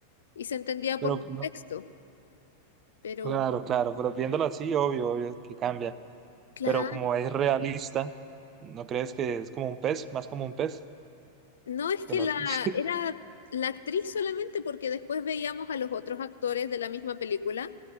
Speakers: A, on the left; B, on the right.
A: y se entendía
B: Pero
A: por contexto.
B: no,
A: Pero,
B: Claro, claro, pero viéndolo así, obvio, obvio que cambia.
A: claro,
B: Pero como es realista, ¿no crees que es como un pez? Más como un pez.
A: No es que
B: Que no...
A: la
B: <laughs> sí,
A: era la actriz solamente porque después veíamos a los otros actores de la misma película